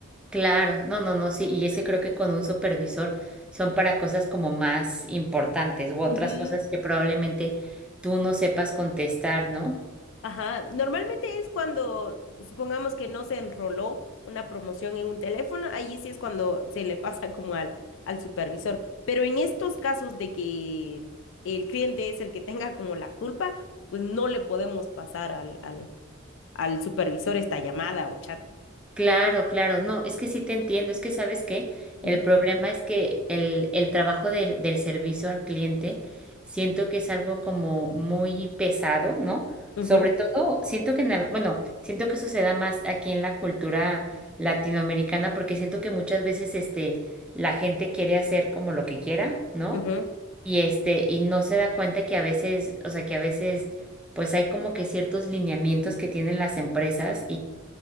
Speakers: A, in the centre; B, on the left (about 65°).
A: Claro, no, no, no, sí, y es que creo que con un supervisor son para cosas como más importantes u otras
B: Ujú.
A: cosas que probablemente tú no sepas contestar, ¿no?
B: Ajá, normalmente es cuando, supongamos que no se enroló una promoción en un teléfono, ahí sí es cuando se le pasa <laughs> como al, al supervisor. Pero en estos casos de que el cliente es el que tenga como la culpa, pues no le podemos pasar al, al, al supervisor esta llamada o chat.
A: Claro, claro, no, es que sí te entiendo, es que sabes que el
B: ¿Mm?
A: problema es que el, el trabajo del, del servicio al cliente siento que es algo como muy pesado, ¿no?
B: Ujú,
A: Sobre todo, siento que en al- bueno, siento que eso se da más aquí en la cultura latinoamericana porque siento que muchas veces este, la gente quiere hacer como lo que quiera, ¿no?
B: ujú,
A: Y este, y no se da cuenta que a veces, o sea, que a veces pues hay como que ciertos lineamientos que tienen las empresas